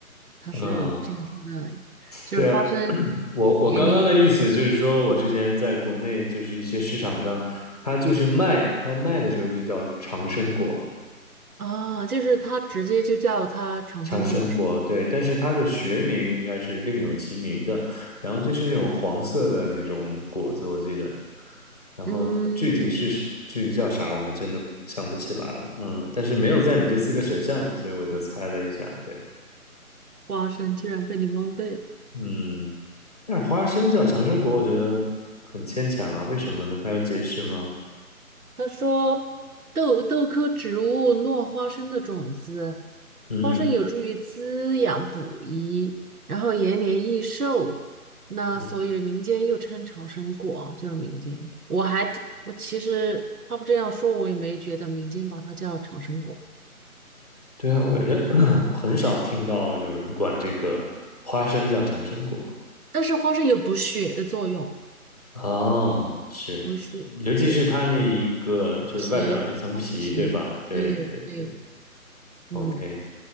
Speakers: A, on the right (about 75°); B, on the left (about 25°).
A: 它是这样说的，
B: 嗯，
A: 就是花生
B: 对啊，我我刚刚的意思就是说，
A: 延年益
B: 我之前在国内就是一些市场上，它就是卖，它卖的时候就叫长生果，
A: 啊，就是它直接就叫它长生果是吗？
B: 长生果，对，但是它的学名应该是另有其名的，然后就是那种黄色的那种果子，我记得，然后具体是具体叫啥，
A: 嗯，
B: 我还真的想不起来了，嗯，但是没有在你这四个选项里，所以我就猜了一下，对，
A: 花生居然被你蒙对了。
B: 嗯，但是花生叫长生果，我觉得很牵强啊，为什么呢？它有解释吗？
A: 他说豆豆科植物落花生的种子，
B: 嗯嗯
A: 花生有助于滋养补益，然后延年益寿。那所以民间又称长生果啊，
B: 嗯，
A: 就是民间。我还挺我其实他不这样说，我也没觉得民间把它叫长生果。
B: 对啊，我感觉 <clears throat> 很少听到有人管这个花生叫长生果。
A: 但是花生有补血的作用，
B: 哦，是，
A: 补血，
B: 尤其是它那一个就是外表那层皮，
A: 对，皮，花生皮，
B: 对吧？对对对
A: 对对，嗯，
B: ，OK，